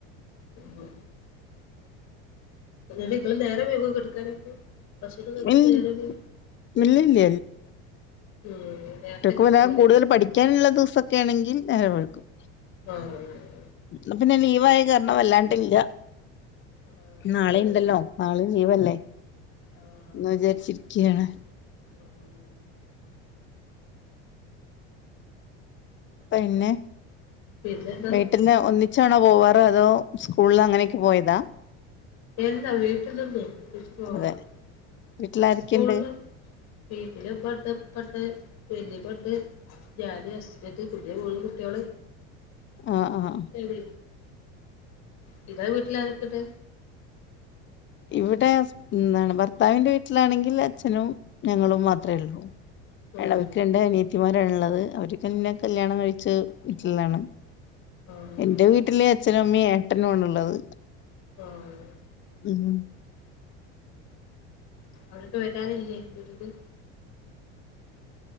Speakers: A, on the left; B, on the left.
A: <inaudible> എന്നട്ടിപ്പളും നേരം വൈകോ കെടക്കാനൊക്കെ ഭഷണം കഴിച്ചിട്ട്
B: ഇല്ല
A: നേരെ ഇനി
B: ഇല്ലില്ല
A: ഉം നേരത്തെ
B: കുട്ട്യേക്ക്
A: കിടക്കൂലേ
B: വല്ല കൂടുതല് പഠിക്കാനുള്ള ദിവസൊക്കെ ആണെങ്കി നേരം വഴുകും
A: ആഹ്
B: ഇന്ന് പിന്നെ ലീവായ കാരണം വല്ലാണ്ടില്ല
A: ആഹ് അതെ
B: നാളെ
A: അതെ
B: ഇണ്ടല്ലോ നാളെ ലീവല്ലേ
A: ആഹ്
B: എന്ന് വിചാരിച്ചിരിക്കാണ്
A: ആഹ്
B: പിന്നെ
A: പിന്നെന്താ
B: വീട്ടില് ഒന്നി ച്ചാണോ പോവാറ് അതോ സ്കൂൾല് അങ്ങനെയൊക്കെ പോയതാ
A: ഇല്ലാ വീട്ടിന്നിണ്ട് <unintelligible>
B: അതെ വീട്ടിലാരൊക്കെയുണ്ട്
A: സ്കൂളില് വീട്ടില് ഉമ്മെണ്ട് ഉപ്പെണ്ട് വെല്ലിമ്മണ്ട് ഞാന് ഹസ്ബന്റ് <unintelligible> മൂന്ന് കുട്ട്യോള്
B: ആഹ് ആഹ്
A: മിലി നിങ്ങളെ വീട്ടിലാരൊക്കെണ്ട്
B: ഇവിടെസ് എന്താണ് ഭർത്താവിന്റെ വീട്ടിലാണെങ്കില് അച്ഛനും ഞങ്ങളും മാത്രേ ഉള്ളൂ <unintelligible>
A: ഉം
B: രണ്ട് അനിയത്തിമാരാള്ളത് അവരൊക്കെന്നെ കല്യാണം കഴിച്ച് വീട്ടിലാണ്
A: ആഹ്
B: എൻ്റെ വീട്ടില് അച്ഛനും അമ്മയും ഏട്ടനു ആണുള്ളത്
A: ആഹ്
B: ഉം
A: അവരൊക്കെ വരാറില്ലേ വീട്ട്ക്ക്